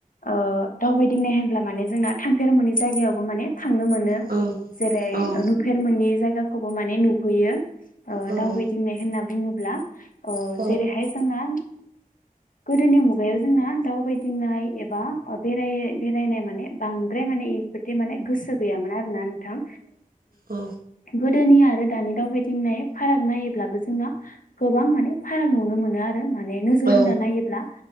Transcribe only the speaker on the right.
औ
औ
औ
औ
औ
औ